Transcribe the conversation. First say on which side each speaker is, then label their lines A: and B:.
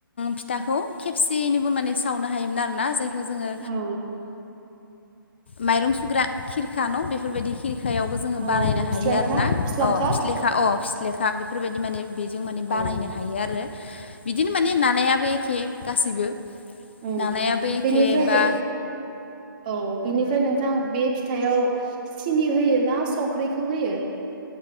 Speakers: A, on the left; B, on the right.
A: फिथाखौ खेबसेयैनोबो माने सावनो हायोमोन आरोना जायखौ जोङो
B: औ
A: माइरं सुग्रा खिरखा न' बेफोरबायदि खिरखा फिथायावबो जोङो
B: औ
A: बानायनो
B: फिस्लायखा
A: हायो आरो ना
B: फिस्लांखा
A: अ फिस्लेखा अ फिस्लेखा बेफोरबायदि माने बेजों माने
B: औ
A: बानायनो हायो आरो बिदिनो माने नानायाबो एखे गासैबो
B: उम
A: नानाइ आबो एखे
B: बेनिफ्राय
A: बा
B: औ बेनिफ्राय नोंथां बे फिथाइआव सिनि होयो ना संख्रिखौ होयो?